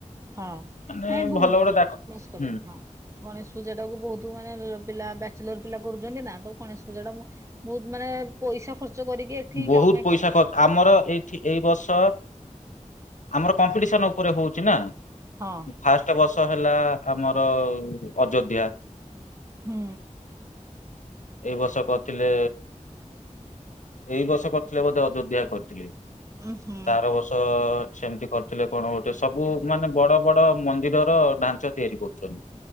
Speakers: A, on the right; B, on the left.
A: ହଁ।
B: ମାନେ
A: ନାଇଁ ବହୁତ-
B: ଭଲ ଗୋଟେ
A: ଫେମସ୍
B: ତାଙ୍କ
A: କଲେଣି,
B: ହୁଁ
A: ହଁ। ଗଣେଶ ପୂଜା ଟାକୁ ବହୁତ ମାନେ, ପିଲା ବା ଚେଲର୍, ପିଲା କରୁଛନ୍ତି। ନା ତ ଗଣେଶ ପୂଜାଟା, ବହୁତ ମାନେ ପଇସା ଖର୍ଚ୍ଚ କରିକି ଏଠି
B: ବହୁତ
A: କାମାକ୍ଷା
B: ପଇସା ଖ-ଆମର ଏଇଠି। ଏଇ ବର୍ଷ ଆମର, କମ୍ପିଟିସନ ଉପରେ ହଉଛି ନା,
A: ହଁ
B: ଫାଷ୍ଟ ବର୍ଷ। ତ ହେଲା ଆମର, ଅଯୋଧ୍ୟା।
A: ହୁଁ।
B: ଏଇ ବର୍ଷ କରିଥିଲେ ଏଇ ବର୍ଷ କରିଥିଲେ, ବୋଧେ ଅଯୋଧ୍ୟା କରିଥିଲେ।
A: ଉଁ ହୁଁ।
B: ତାର ବର୍ଷ ସେମିତି କରିଥିଲେ। କଣ, ଗୋଟେ ସବୁ ମାନେ, ବଡ, ବଡ ମନ୍ଦିର ତ ଢାଞ୍ଚ ତିଆରି କରୁଛନ୍ତି।